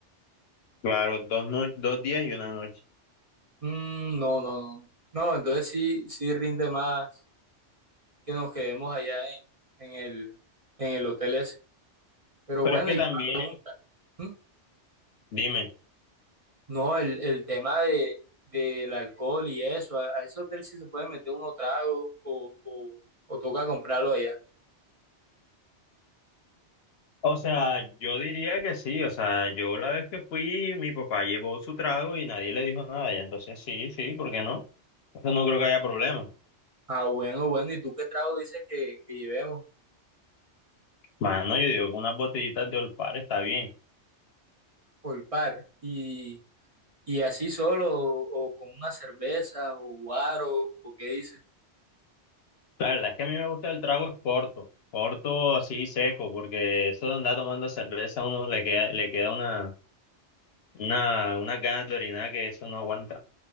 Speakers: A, on the left; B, on the right.
A: Claro, dos, no- dos días y una noche.
B: Mm, no, no, no. No, entonces sí, sí rinde más que nos quedemos allá en, en el, en el hotel ese. Pero
A: Pero
B: bueno,
A: es que
B: y una
A: también,
B: pregunta. ¿Mm?
A: dime,
B: No, el, el tema de, del alcohol y eso, a, a ese hotel sí se puede meter uno trago o, o, o toca comprarlo allá.
A: o sea, yo diría que sí, o sea, yo la vez que fui, mi papá llevó su trago y nadie le dijo nada, ya entonces sí, sí, ¿por qué no? Entonces no creo que haya problema.
B: Ah, bueno, bueno, ¿y tú qué trago dices que, que llevemos
A: Mano, yo digo que unas botellitas de Olpar está bien.
B: por par? ¿Y, y así solo o, o con una cerveza o guaro o qué dices?
A: La verdad es que a mí me gusta el trago es corto, corto así seco, porque eso de andar tomando cerveza a uno le queda, le queda una, una, unas ganas de orinar que eso no aguanta.